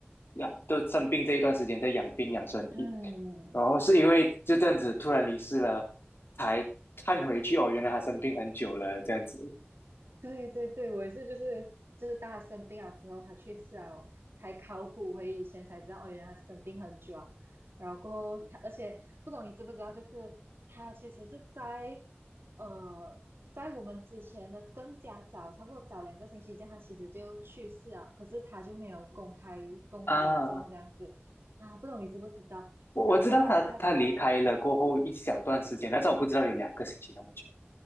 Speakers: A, on the left; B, on the right.
A: 呀都生病这一段时间在养病养身体，
B: 嗯。
A: 然后是因为就这样子突然离世了，才看回去哦，原来他生病很久了，这样子
B: 对对对，我也是，就是就是大他生病了之后，他去世啊，才考古回以前才知道，哦，原来他生病很久啊。然后过后他，而且不懂你知不知道，就是他其实是在呃，在我们之前的更加早，差不多早两个星期这样，他其实就去世了，可是他就没有公开公开于众这样子啊，
A: 啊。
B: 不懂你知不知道？
A: 我我知道他他离开了过后一小段时间，
B: 然后过后他他他
A: 但是我不知道有两个星期那么久